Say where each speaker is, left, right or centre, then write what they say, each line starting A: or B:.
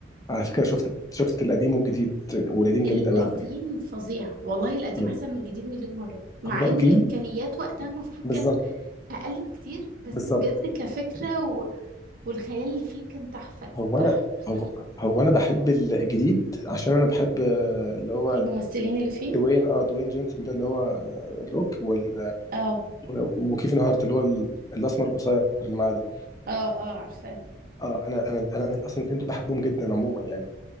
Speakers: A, on the left; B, on the right.
A: على فكره شفت شفت القديم والجديد والقديم جامد
B: القديم
A: قوي على فكره
B: فظيع والله القديم
A: مم.
B: احسن من الجديد مليون مره مع
A: هو الجديد
B: ان الامكانيات وقتها المفروض
A: بالظبط
B: كانت اقل بكتير بس
A: بالظبط
B: بجد كفكرة و... والخيال اللي فيه كان تحفة
A: هو
B: تحفة
A: انا هو, هو انا بحب الجديد عشان انا بحب آه، اللي هو
B: الممثلين اللي فيه
A: دوين اه دوين جونسون ده اللي هو آه، الروك وال
B: اه
A: و- وكيفن هارت اللي هو ال- الاسمر القصير اللي معاه ده
B: اه اه عارفاه
A: اه انا انا انا أنا اصلا الاثنين دول بحبهم جدا عموما يعني